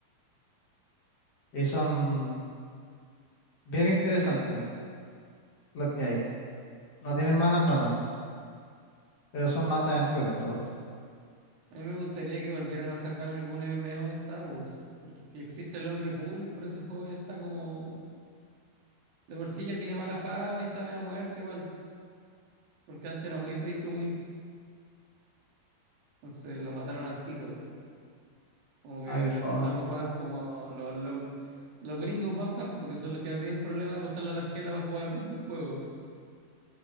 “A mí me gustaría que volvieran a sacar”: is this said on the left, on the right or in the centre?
Right